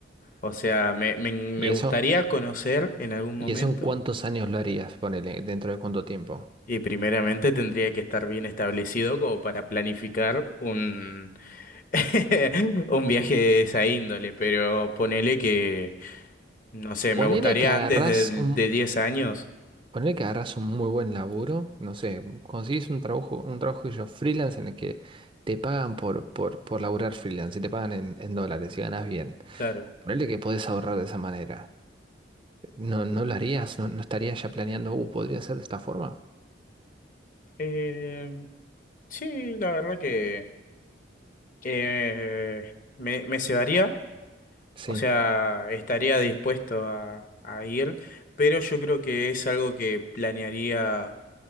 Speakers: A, on the left; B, on the right.
A: O sea, me, me, me
B: ¿Y
A: gustaría
B: eso,
A: conocer en algún
B: y
A: momento
B: eso en cuántos años lo harías? Ponele, ¿dentro de cuánto tiempo?
A: y primeramente tendría que estar bien establecido como para planificar un, <laughs> un viaje de esa índole, pero ponele que... No sé, me
B: Ponele
A: gustaría
B: que agarrás
A: antes de,
B: un,
A: de 10 años.
B: Poner que harás un muy buen laburo, no sé, conseguís un trabajo, un trabajo que yo, freelance, en el que te pagan por, por, por laburar freelance y te pagan en, en dólares y ganas bien.
A: Claro.
B: Ponele que podés ahorrar de esa manera. ¿No, no lo harías? ¿No, no estarías ya planeando, uh, podría ser de esta forma?
A: Eh, sí, la verdad que eh, me, me cebaría,
B: Sí.
A: o sea, estaría dispuesto a, a ir, pero yo creo que es algo que planearía